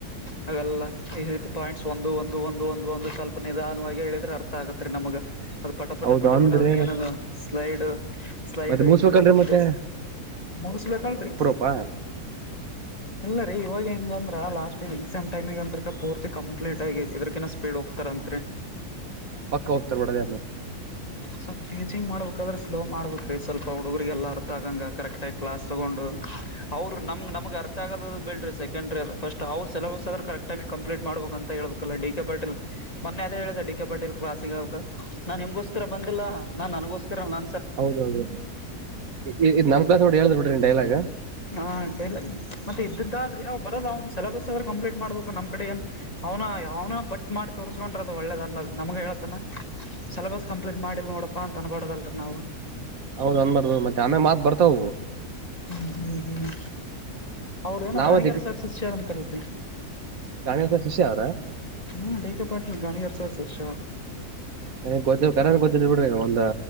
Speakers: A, on the left (about 25°); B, on the right (about 65°).
A: ಹಾಗೆಲ್ಲ ಈ ರೀತಿ ಪಾಯಿಂಟ್ಸ್ ಒಂದು ಒಂದು ಒಂದು ಒಂದು ಒಂದು ಸ್ವಲ್ಪ ನಿಧಾನವಾಗಿ ಹೇಳಿದ್ರೆ ಅರ್ಥ ಆಗತ್ತರಿ ನಮಗ ಅದು ಪಟ ಪಟ
B: ಹೌದು
A: ಪಟ
B: ಅಂದ್ರೆ
A: ಪಟ ಅದು ಏನದು ಸ್ಲೈಡ್ ಸ್ಲೈಡ್
B: ಮತ್ತೆ ಮುಗಿಸ್ಬೇಕಲ್ರಿ
A: ಹಿಂಗ ಒಂದೇ
B: ಮತ್ತೆ
A: ಮುಗಿಸ್ಬೇಕೇಕಲ್ರಿ
B: ಹ
A: ಎಲ್ಲರಿ ಇವಾಗ ಹೆಂಗ ಅಂದ್ರ ಲಾಸ್ಟ್ ಎಕ್ಸಾಮ್ ಟೈಮಿಗ ಅಂತಕ ಪೂರ್ತಿ ಕಂಪ್ಲೀಟ್ ಆಗಿ ಇದಕಿನ ಸ್ಪೀಡ್ ಹೋಗ್ತಾರಂತತ್ರಿ
B: ಪಕ್ಕ ಹೋಗತಾರಬಡದೇಏ
A: ಸ್ಪ ಟೀಿಂಗ್ಬೇಕಕ್ಾದ್ರೆ ಸ್ಲೋ ಮಾಡ್ಬೇಕಕ್ ರೀ ಸ್ವಲ್ಪ ಹುಡುಗರಿಗೆ ಎಲ್ಲ ಅರ್ಥ ಆಗಂಗ ಕರೆಕ್ಟ್ ಆಗಿ ಕ್ಲಾಸ್ ತಗೊಂಡು ಅವ್ರರು ನಮ್ ನಮಗೆ ಅರ್ಥ ಆಗೋದದು ಬಿೇಡ್ರಿ ಸೆಕೆಂಡ್ರಿ ಅದು ಫಸ್ಟ್ ಅವ್ರ ಸ ಸಿಲೆಬಸ್ ಆದ್ರೆ ಕರೆಕ್ಟ್ ಟಮ ಕಂಪ್ಲೀಟ್ ಮಾಡಬೇಕ ಅಂತ ಹೇಳ್ಬೇಕಲ್ಲ ಡಿ ಕೆ ಪಾಟೀಲ್ ಮೊನ್ನೆ ಅದ ಹೇಳಿದೆ ಡಿ ಕೆ ಪಾಟಿಲ ಕ್ಲಾಸಿಗೆಲ್ಬೇಕದ್ರ ನಾನ್ ನಿಮ್ಗೋಸ್ಕರ ಬಂದಿಲ್ಲ ನಾನ್ ನನ್ಗೋಸ್ಕರ ನ
B: ಹೌದೌದು ಈ ಇದ್ ನಮ್ ಕ್ಲಾಸ್ ನೋಡಿ ಹೇಳ್ದ್ ಬಿಡ್ರಿ ಡೈಲಾಗ್
A: ಹ ಡೈಲಾಗ್ ಮತ್ತೆ ಇದ್ದದ್ದಾದ್ರಿ ಅವ್ ಬರದ ಅವ್ನ್ ಸಿಲೆಬಸ್ ಆದ್ರರು ಕಂಪ್ಲೀಟ್ ಮಾಡ್ಬೇಕು ನಮ್ ಕಡೆ ಏನ್ ಅವನಾಯ್ ಅವನ ಬಟ್ ಮಾಡಿ ತೋರ್ಸ್ಕೊಂಡ್ರ ಅದು ಒಳ್ಳೇದ ಅಲ್ಲ ಅದು ನಮ್ಗ ಹೇಳತನ ಸೆಲಬಸ್ ಕಂಪ್ಲೀಟ್ ಮಾಡಿಲ್ ನೋಡಪ್ಪ ಅಂತ ಅನ್ಬಾರ್ದದಲ್ರಿ ನಾವು
B: ಹೌದ ಅಂದ್ಾರ ಮತ್ತೆ ಆಮೆ ಮಾತ್ ಬರ್ತಾವವು
A: ಹ್ಮ್ ಹ್ಮ್ ಹ್ಮ್ ಅವ್ರ ಏನ
B: ನಾವ
A: ರಾಣಿಗರ್
B: ಜಗ
A: ಸರ್ ಶಿಷ್ಯರ ಅಂತಲ್ರಿ
B: ಗಾಣಿಸ ಶಿಷ್ಯ ಅವ್ರ
A: ಹ್ಮ್ ಡೇಕ ಪಾಡ್ ಗಾಣಗರ್ಸ ಶ
B: ನೀ ಗೊ್ದ ಕ ಗೊ್ದಿದ್ ಬಿಡ್ರಿ ಒಂದ